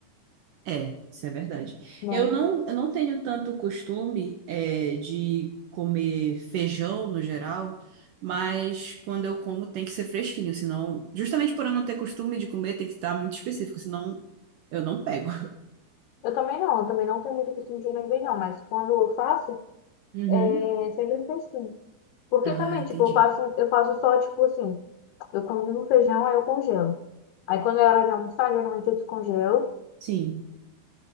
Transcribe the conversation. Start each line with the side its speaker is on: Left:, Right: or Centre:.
Right: É, isso é verdade.
Left: né?
Right: Eu não, eu não tenho tanto costume, é, de comer feijão no geral, mas quando eu como tem que ser fresquinho, senão, justamente por eu não ter costume de comer, tem que estar muito específico, senão eu não pego.
Left: Eu também não, eu também não tenho muito costume de comer feijão, mas quando eu faço,
Right: Uhum.
Left: é é sempre fresquinho. Porque
Right: Ah,
Left: também,
Right: entendi.
Left: tipo, eu faço, eu faço só, tipo assim, eu cozinho o feijão, aí eu congelo. Aí quando é hora de almoçar, geralmente eu descongelo.
Right: Sim.